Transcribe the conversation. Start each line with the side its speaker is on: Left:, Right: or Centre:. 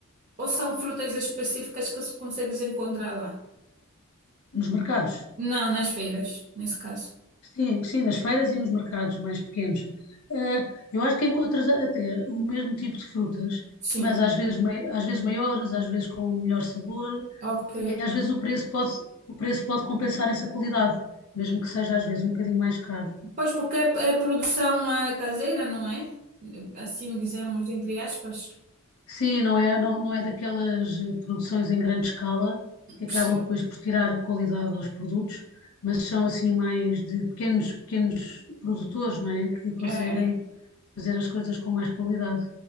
Right: Ou são frutas específicas que se consegues encontrar lá?
Left: Nos mercados.
Right: Não, nas feiras, nesse caso.
Left: Sim, sim, nas feiras e nos mercados mais pequenos. Ah, eu acho que encontras a- até o mesmo tipo de frutas,
Right: Sim,
Left: mas às vezes, mai- às vezes maiores, às vezes com melhor sabor,
Right: ok.
Left: e às vezes o preço pode, o preço pode compensar essa qualidade, mesmo que seja às vezes um bocadinho mais caro.
Right: Pois porque é, é produção eh, caseira, não é? Assim dizemos, entre aspas.
Left: Sim, não é, não, não é daquelas eh, produções em grande escala que acabam
Right: Sim,
Left: depois por tirar qualidade aos produtos, mas são assim mais de pequenos, pequenos produtores, não é? Que conseguem
Right: é, é.
Left: fazer as coisas com mais qualidade.